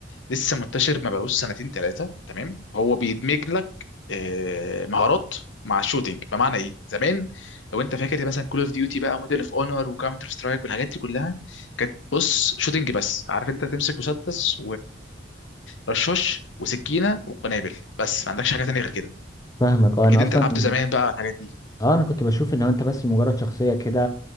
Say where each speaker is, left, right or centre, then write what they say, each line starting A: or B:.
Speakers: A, on the left (about 80°); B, on the left (about 20°).
A: لسه منتشر ما بقالوش سنتين ثلاثه تمام هو بيدمج لك آه، مهارات مع الشوتينج بمعنى ايه زمان لو انت فاكر مثلا كول اوف ديوتي بقى موديل اوف اونر وكاونتر سترايك والحاجات دي كلها كانت بص شوتينج بس عارف انت تمسك مسدس ورشاش وسكينه وقنابل بس ما عندكش حاجه تانية غير كده
B: فاهمك اه
A: اكيد
B: انا اصلا
A: انت لعبت زمان بقى الحاجات دي
B: اه انا كنت بشوف ان انت بس مجرد شخصيه كده